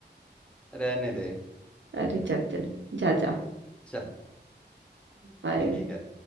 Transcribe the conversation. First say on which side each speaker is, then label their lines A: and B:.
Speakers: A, in the centre; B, on the right.
A: रहने दे
B: अरे चल चल जा जा
A: चल
B: बाय
A: ठीक है